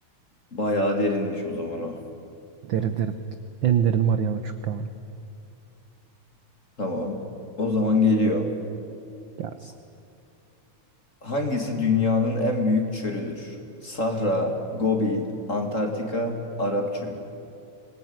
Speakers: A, on the left; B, on the right.
A: bayağı derinmiş o zaman o.
B: Deri deri. En derin Mariana çukuru abi.
A: Tamam. O zaman geliyor.
B: Gelsin.
A: Hangisi dünyanın en büyük çölüdür? Sahra, Gobi, Antarktika, Arap Çölü.